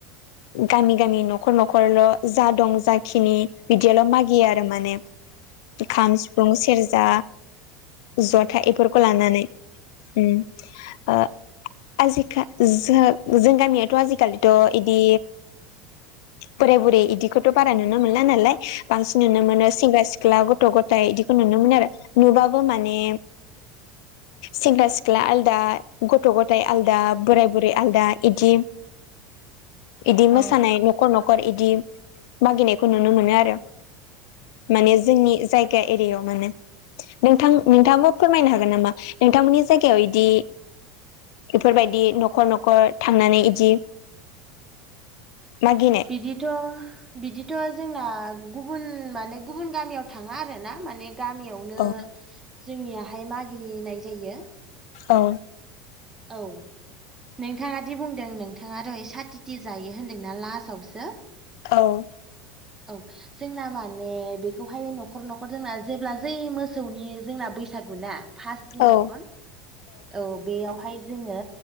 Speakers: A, on the left (about 65°); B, on the right (about 20°).
A: गामि गामि न'खर न'खरल' जा दं जाखिनि बिदियाल' मागियो आरो माने। खाम सिफुं सेरजा जथा बेफोरखौ लानानै। उम ओ आजिखा जो जों गामियाथ' आजिखालि थ' इदि बोराय बुरै इदिखौथ' बारा नुनो मोनला नालाय बांसिन नुनो मोनो सेंग्रा सि ख्ला गथ' गथाइ इदिखौ नुनो मोनो आरो नुबाबो माने सेंग्रा सिख्ला आ लदा गथ' गथाय आलदा बोराय बुरै आलदा इदि इदि
B: औ
A: मोसानाय न'खर न'खर इदि मागिनायखौ नुनो मोनो आरो। माने जोंनि जायगा एरियायाव माने नोंथां नोंथांङाबो
B: औ
A: फोरमायनो हागोन नामा नोंथांमोननि जायगायाव इदि बेफोरबायदि न'खर न'खर थांनानै इदि मागिनाय
B: बिदिथ' बिदिथ' जोंना गुबुन माने गुबुन गामियाव थांङा आरो ना माने गामियावनो
A: औ
B: जोंनियाहाय मागिनाय जायो।
A: औ।
B: औ। नोंथाङा दि बुंदों नोंथाङा दहाय साथिथि जायो होनदोंना लास्टावसो?
A: औ।
B: औ। जोंना माने बेखौहाय न'खर न'खर जोंना जेब्ला जै मोसौनि जोंना बैसागु ना फार्स्ट दिनाखन
A: औ
B: औ बेयावहाय जोङो